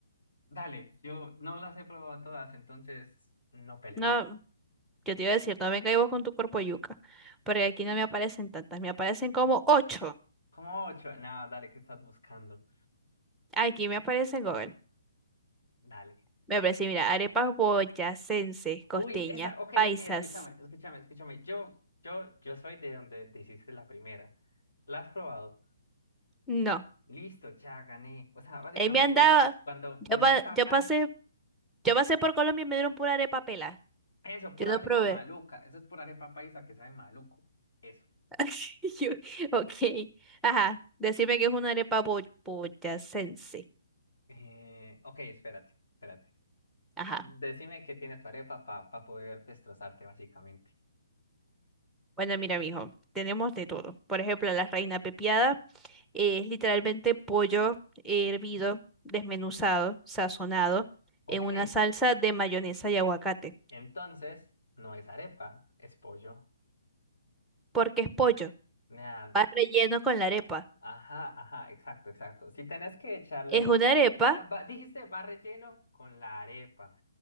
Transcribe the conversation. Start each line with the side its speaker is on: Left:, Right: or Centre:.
Left: Dale, yo no las he probado todas, entonces no peleo.
Centre: No, yo te iba a decir, no venga y vos con tu cuerpo yuca. Porque aquí no me aparecen tantas, me aparecen como 8.
Left: ¿Cómo ocho? Nada, dale, ¿qué estás buscando?
Centre: Aquí me aparecen Google.
Left: Dale.
Centre: Me aparece, mira, arepas boyacenses, costeñas,
Left: Uy, esa, ok,
Centre: paisas.
Left: ok, escúchame, escúchame, escúchame. Yo, yo, yo soy de donde te hiciste la primera. ¿La has probado?
Centre: No.
Left: Listo, ya gané. O sea, básicamente,
Centre: Ahí me han dado.
Left: cuando
Centre: Yo,
Left: vuelvas
Centre: pa-
Left: acá,
Centre: yo pasé, yo pasé por Colombia y me dieron pura arepa pela.
Left: eso, pura
Centre: Yo no
Left: arepa
Centre: probé.
Left: maluca. Eso es pura arepa paisa que sabe maluco. Eso.
Centre: <laughs> Yo- Ok, ajá, decime que es una arepa bo- boyacense.
Left: Eh, ok, espérate, espérate.
Centre: Ajá,
Left: Decime qué tiene tu arepa para poder destrozarte, básicamente.
Centre: bueno, mira, mijo, tenemos de todo. Por ejemplo, la reina pepiada eh, es literalmente pollo hervido, desmenuzado, sazonado
Left: Ok,
Centre: en una salsa de mayonesa y aguacate.
Left: Entonces, no es arepa, es pollo.
Centre: Porque es pollo,
Left: Nea,
Centre: va relleno con la arepa.
Left: ajá, ajá, exacto, exacto. Si tenés que echarle...
Centre: Es una arepa,
Left: Ah, va- dijiste va relleno con la arepa.